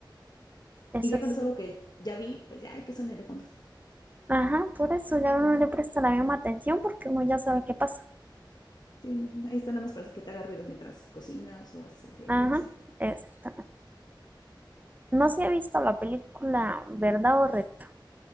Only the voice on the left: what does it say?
Y ya cuando
es algo que ya vi, pues ya hay que sonar de fondo.
Sí, ahí está nada más para que te haga ruido mientras cocinas o haces el aseo,
no sé.